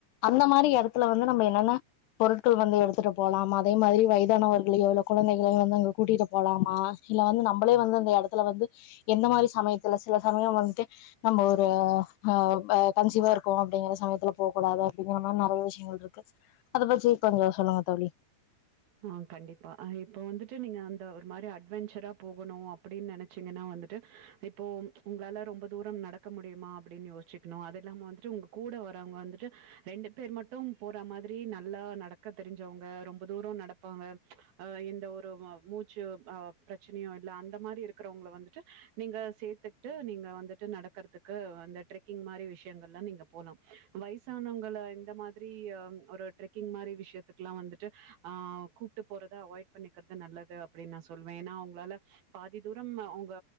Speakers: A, on the left (about 85°); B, on the right (about 65°).
A: அந்த மாரி இடத்துல வந்து நம்ம என்னன்ன பொருட்கள் வந்து எடுத்துட்டு போலாமா அதே மாதிரி வயதானவர்களியு இல்ல குழந்தைகளையு வந்து அங்க கூட்டிட்டு போலாமா இல்ல வந்து நம்மளே வந்து அந்த இடத்துல வந்து எந்த மாதிரி சமயத்துல சில சமயம் வந்துட்டு நம்ம ஒரு ஆ கன்சீவா இருக்கோ அப்டிங்கிற சமயத்துல போக கூடாது அப்படிங்கிற மாதிரி நிறைய விஷயங்கள் இருக்கு அதை பத்தி கொஞ்சம் சொல்லுங்க தோழி
B: ஆ கண்டிப்பா இப்போ வந்துட்டு நீங்க அந்த ஒரு மாதிரி அட்வென்சரா போகணும் அப்படின்னு நினைச்சீங்கன்னா வந்துட்டு இப்போ உங்களால ரொம்ப தூரம் நடக்க முடியுமா அப்படின்னு யோச்சிக்கணும் அது இல்லாம வந்துட்டு உங்க கூட வர்வங்க வந்துட்டு ரெண்டு பேர் மட்டும் போற மாதிரி நல்லா நடக்க தெரிஞ்சவங்க ரொம்ப தூரம் நடப்பாங்க அ எந்த ஒரு மூச்சு அ பிரச்சனையும் இல்ல அந்த மாறி இருக்கிறவங்கள வந்துட்டு நீங்க சேத்து ட்டு நீங்க வந்துட்டு நடக்கறதுக்கு அந்த ட்ரெக்கிங் மாறி விஷயங்கள்ல்லாம் நீங்க போலாம் வயசானவங்கள இந்த மாதிரி ஒரு ட்ரெக்கிங் மாறி விஷயத்துக்குல்லாம் வந்துட்டு ஆ கூப்பிட்டு போறத அவாய்ட் பண்ணிக்கிறது நல்லது அப்படின்னு நா சொல்லுவேன் ஏன்னா அவங்களால பாதி தூரம் அவுங்க